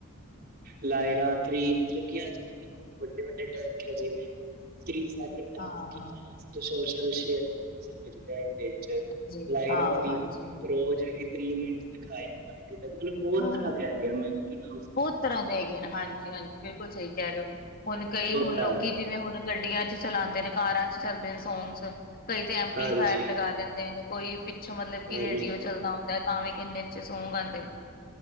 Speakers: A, on the right; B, on the left.
A: ਲਾਇਰਾਥ੍ਰੀ ਮਤਲਬ ਕਿ ਅੱਜ ਕੱਲ੍ਹ ਵੱਡੇ ਵੱਡੇ ਟੈਕ ਆ ਜਿਵੇਂ ਥ੍ਰੀ
B: ਹਾਂ
A: ਤੱਕ ਮਤਲਬ ਕਿ fast social sharing by nature
B: ਜੀ
A: ਲਾਇਰਾ
B: ਹਾਂ
A: ਥਰੀ
B: ਹਾਂਜੀ
A: ਪਰੋ ਜਿਵੇਂ ਤੀਹ ਮਿੰਟ ਤੱਕ ਆਏ ਕੁਆਲਿਟੀ ਤੱਕ ਮਤਲਬ ਬਹੁਤ
B: ਹਾਂ
A: ਤਰ੍ਹਾਂ ਦੇ ਹੈਗੇ ਆ ਮੈਂ ਕੀ ਨਾਮ ਸੁਣਾ
B: ਬਹੁਤ ਤਰ੍ਹਾਂ ਦੇ ਗਏ ਹਾਂਜੀ ਹਾਂਜੀ ਬਿਲਕੁਲ ਸਹੀ ਕਹਿ ਰਹੇ ਹੋ ਹੁਣ ਕਈ
A: ਉਹ
B: ਹੁਣ
A: ਤਾਂ
B: ਲੋਕੀ
A: ਹੈ
B: ਜਿਵੇਂ ਹੁਣ ਗੱਡੀਆਂ ਚ ਚਲਾਉਂਦੇ ਨੇ ਕਾਰਾਂ ਚ ਚੱਲਦੇ ਨੇ ਸੌਂਗਜ਼ ਕਈ ਤੇ ਐਪਲੀਫਾਇਰ
A: ਹਾਂਜੀ
B: ਲਗਾ ਦਿੰਦੇ ਨੇ ਕੋਈ ਪਿੱਛੋਂ ਮਤਲਬ ਕਿ
A: ਹਾਂਜੀ
B: ਰੇਡੀਓ ਚੱਲਦਾ ਹੁੰਦਾ ਹੈ ਤਾਂ ਵੀ ਕਹਿੰਦੇ ਇਚ ਸੋਂਗ ਆਉਂਦੇ